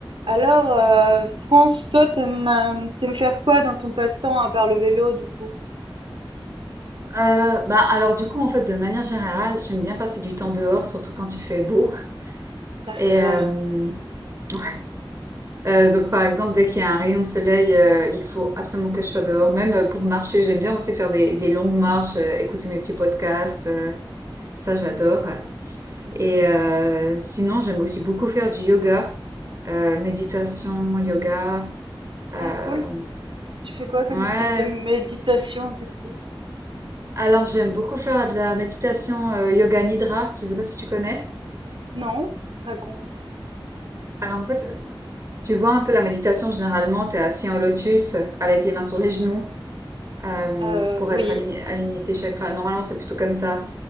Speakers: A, on the right (about 75°); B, on the right (about 35°).
A: Alors, euh, France, toi, t'aimes, euh, t'aimes faire quoi dans ton passe-temps à part le vélo, du coup?
B: Euh, bah alors du coup en fait de manière générale j'aime bien passer du temps dehors surtout quand il fait beau
A: Ah, c'est
B: et
A: clair.
B: euh, ouais. Euh, donc par exemple dès qu'il y a un rayon de soleil euh, il faut absolument que je sois dehors même euh, pour marcher j'aime bien aussi faire des, des longues marches euh, écouter mes petits podcasts euh, ça j'adore
A: Mhm.
B: et euh, sinon j'aime aussi beaucoup faire du yoga euh, méditation yoga euh,
A: Ah, cool. Tu fais quoi comme
B: ouais
A: type de méditation, du coup?
B: alors j'aime beaucoup faire de la méditation euh, yoga nidra je sais pas si tu connais
A: Non? Raconte.
B: alors en fait, Tu vois un peu la méditation, généralement, tu es assis en lotus euh, avec les mains sur les genoux euh,
A: Euh,
B: pour
A: oui.
B: être aligné, aligné tes chakras. Normalement, c'est plutôt comme ça.